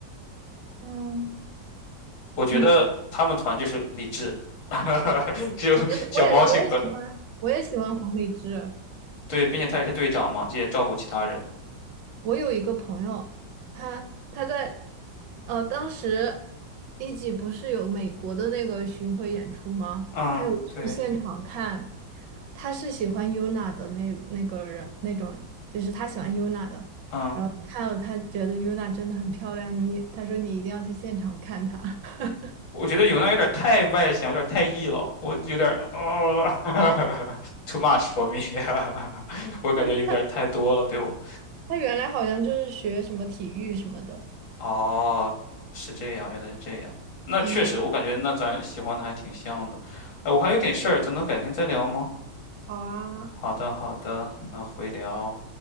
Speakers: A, on the right (about 70°); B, on the left (about 80°).
A: 嗯
B: 我觉得他们团就是理智，
A: 嗯，
B: <laughs> 只有小猫性格的，
A: 我觉得我也我也喜欢，我也喜欢黄丽枝。
B: 对，并且他也是队长嘛，这也照顾其他人。
A: 我有一个朋友，他他在呃，当时一级不是有美国的那个巡回演出吗？
B: 嗯，
A: 他有去现场看，
B: 对，
A: 他是喜欢 Yuna 的那那个人那种，就是他喜欢 Yuna 的，
B: 嗯。
A: 然后看了他觉得 Yuna 真的很漂亮，你他说你一定要去现场看她。<laughs>
B: 我觉得有娜有点太外向，有点太 E 了，我有点哦 <laughs>，too much for me，<laughs> 我感觉有点太多了，
A: 真的，
B: 对我。
A: 他原来好像就是学什么体育什么的。
B: 哦，是这样，原来是这样。那确实，
A: 嗯，
B: 我感觉那咱喜欢的还挺像的。哎，我还有点事儿，咱能改天再聊吗？
A: 好啊。
B: 好的，好的，那回聊。